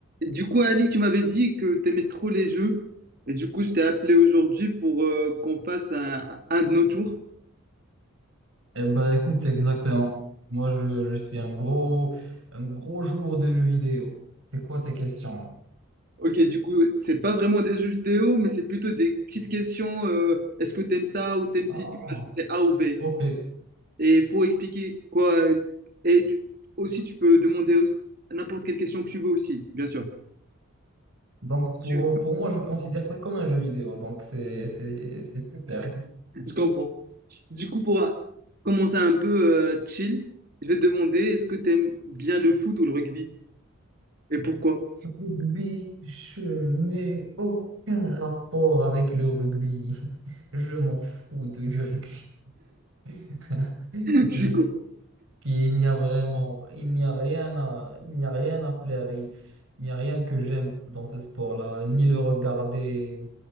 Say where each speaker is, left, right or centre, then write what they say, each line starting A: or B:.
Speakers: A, on the right; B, on the right.
A: Du coup, Ali, tu m'avais dit que t'aimais trop les jeux. Et du coup, je t'ai appelé aujourd'hui pour euh, qu'on fasse un, un de nos tours.
B: Eh ben, écoute, exactement. Moi, je, je suis un gros, un gros joueur de jeux vidéo. C'est quoi tes questions?
A: Ok, du coup, c'est pas vraiment des jeux vidéo, mais c'est plutôt des petites questions. euh, est-ce que t'aimes ça ou t'aimes
B: Ah,
A: si tu vois, genre, c'est A ou B?
B: ok.
A: Et il faut expliquer quoi. euh, Et tu- aussi, tu peux demander aussi- n'importe quelle question que tu veux aussi, bien sûr.
B: Donc, pour,
A: Tu-
B: pour moi, je considère ça comme un jeu vidéo. Donc, c'est, c'est, c'est super.
A: Je comprends. Du coup, pour euh, commencer un peu euh, chill, je vais te demander est-ce que t'aimes bien le foot ou le rugby? Et pourquoi?
B: Rugby, je n'ai aucun rapport avec le rugby. <laughs> Je m'en fous de- du rugby. <laughs>
A: <laughs>
B: Je,
A: Je suis con.
B: Puis il n'y a vraiment, il n'y a rien à, il n'y a rien à plaire. Il, il n'y a rien que j'aime dans ce sport-là, ni le regarder,